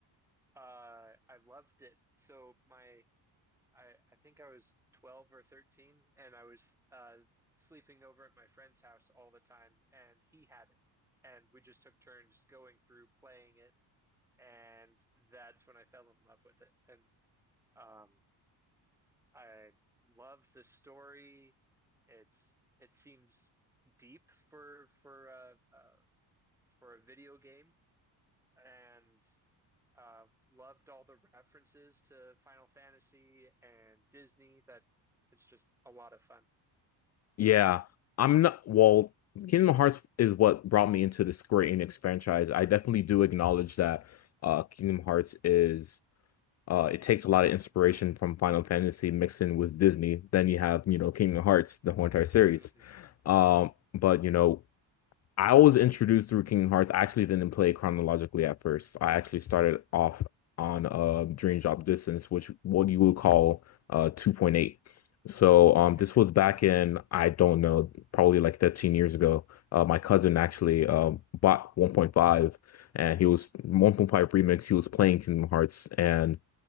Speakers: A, in the centre; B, on the left.
A: Uh I loved it. So my I I think I was 12 or 13 and I was uh sleeping over at my friend's house all the time and he had it. And we just took turns going through playing it and that's when I fell in love with it. And um I love the story. It's it seems deep for for a uh, uh, for a video game and uh, loved all the references to Final Fantasy and Disney that it's just a lot of fun.
B: Yeah. I'm not well, Kingdom Hearts is what brought me into the Square Enix franchise. I definitely do acknowledge that uh Kingdom Hearts is uh, it takes a lot of inspiration from Final Fantasy mixed in with Disney. Then you have, you know, Kingdom Hearts, the whole entire series.
A: hmm
B: Um, but you know, I was introduced through Kingdom Hearts. I actually didn't play chronologically at first. I actually started off on uh Dream Drop Distance, which what you would call uh 2.8. So um
A: Okay.
B: this was back in I don't know, probably like 13 years ago. Uh my cousin actually um bought 1.5 and he was 1.5 remix. He was playing Kingdom Hearts and